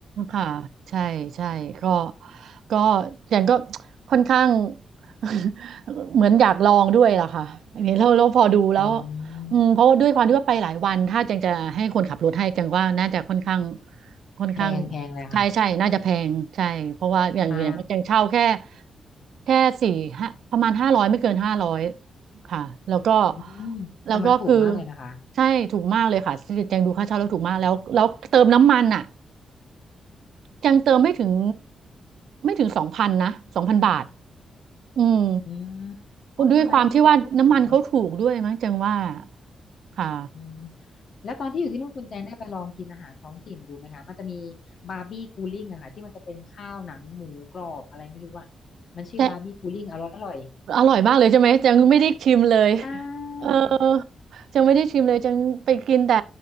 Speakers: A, on the right; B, on the left.
A: ค่ะใช่ใช่ก็ก็อย่างก็ค่อนข้าง <laughs> เหมือนอยากลองด้วยล่ะค่ะอย่างนี้เราเราพอดูแล้ว
B: <laughs> อืม
A: อืมเพราะว่าด้วยความที่ว่าไปหลายวันถ้าจังจะให้คนขับรถให้จังว่าน่าจะค่อนข้างค่อนข้าง
B: แพงแพงเลยค่ะ
A: ใช่ใช่น่าจะแพงใช่เพราะว่าอย่างอย่างจังเช่าแค่
B: ใช่
A: แค่สี่ห้าประมาณห้าร้อยไม่เกินห้าร้อย ค่ะแล้วก็
B: อืมแต่มันถูกมากเลยนะคะ
A: แล้วก็คือใช่ถูกมากเลยค่ะแจงดูค่าเช่าแล้วถูกมากแล้วแล้วเติมน้ำมันอ่ะยังเติมไม่ถึงไม่ถึงสองพันนะสองพันบาทอืม
B: อืมโอ้ทำไมก็ถูกถูกถูกเนาะ
A: ด้วยความที่ว่าน้ำมันเขาถูกด้วยมั้งแจงว่าค่ะ
B: อืมแล้วตอนที่อยู่ที่นู่นคุณแจงได้ไปลองกินอาหารท้องถิ่นดูไหมคะมันจะมีบาร์บี้กูลิ่งอะค่ะที่มันจะเป็นข้าวหนังหมูกรอบอะไรไม่รู้อะมันชื่อบาร์บี้กูลิ่งอร่อยอร่อย
A: แต่อร่อยมากเลยใช่ไหมแจงไม่ได้ชิมเลย
B: ใช่
A: เออจจงไม่ได้ชิมเลยจังไปกินแต่